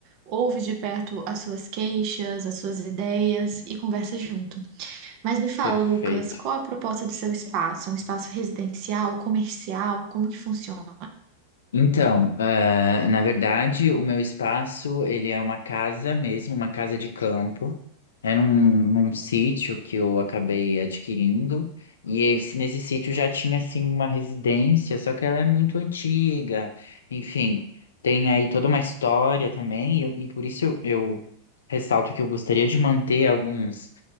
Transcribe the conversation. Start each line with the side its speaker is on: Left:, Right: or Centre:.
Right: ouve de perto as suas queixas, as suas ideias e conversa junto. Mas me fala,
Left: perfeito.
Right: Lucas, qual a proposta do seu espaço? É um espaço residencial, comercial? Como que funciona?
Left: Então, ah, na verdade, o meu espaço, ele é uma casa mesmo, uma casa de campo. É num, num sítio que eu acabei adquirindo. E esse, nesse sítio já tinha, assim, uma residência, só que ela é muito antiga. Enfim, tem aí toda uma história também. E, e por isso eu, eu ressalto que eu gostaria de manter alguns,